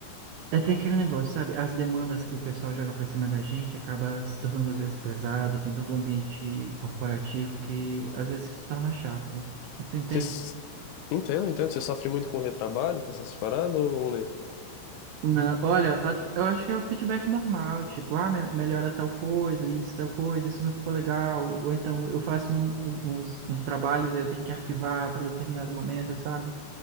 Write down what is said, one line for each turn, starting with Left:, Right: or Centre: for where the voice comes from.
Right: É, tem aquele negócio, sabe? As demandas que o pessoal joga pra cima da gente acaba se tornando às vezes pesado, tem todo um ambiente corporativo que às vezes se torna chato. Tu tu entende?
Left: Você... s- Entendo, entendo. Você sofre muito com retrabalho, com essas paradas, ou... nem?
Right: Não, olha, a- eu acho que é o feedback normal, tipo, ah, me- melhora tal coisa, isso, tal coisa, isso não ficou legal, ou então eu faço um- um, uns, uns trabalhos, aí eu tenho que arquivar para determinado momento, sabe?